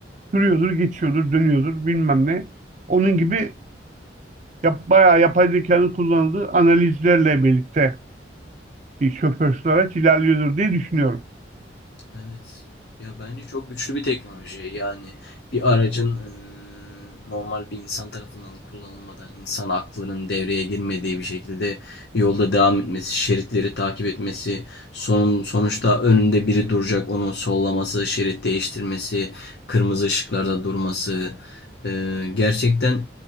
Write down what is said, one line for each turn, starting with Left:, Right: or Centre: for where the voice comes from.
Right: Sürüyordur, geçiyordur, dönüyordur bilmem ne. Onun gibi yap, bayağı yapay zekanın kullanıldığı analizlerle birlikte bir şoförsüz araç ilerliyordur diye düşünüyorum.
Left: Evet. Ya bence çok güçlü bir teknoloji. Yani bir aracın eee, normal bir insan tarafından kullanılmadan insan aklının devreye girmediği bir şekilde yolda devam etmesi, şeritleri takip etmesi, son, sonuçta önünde biri duracak onu sollaması, şerit değiştirmesi, kırmızı ışıklarda durması eee, gerçekten